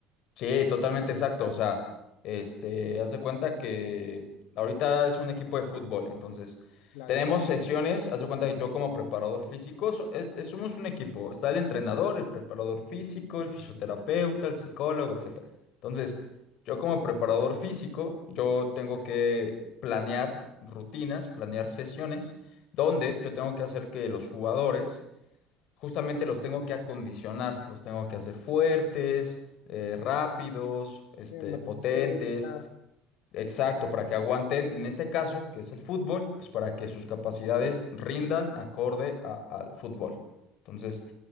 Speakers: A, on the left; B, on the left.
A: Sí, totalmente exacto. O sea, este, haz de cuenta que ahorita es un equipo de fútbol, entonces
B: claro,
A: tenemos sesiones, haz de cuenta que yo como preparador físico, so- es- es- somos un equipo, está el entrenador, el preparador físico, el fisioterapeuta, el psicólogo, etcétera. Entonces, yo como preparador físico, yo tengo que planear rutinas, planear sesiones, donde yo tengo que hacer que los jugadores justamente los tengo que acondicionar, los tengo que hacer fuertes, eh, rápidos, este,
B: digamos, más
A: potentes,
B: resistencia,
A: exacto, para que aguanten, en este caso, que es el fútbol, pues para que sus capacidades rindan acorde a- al fútbol. Entonces,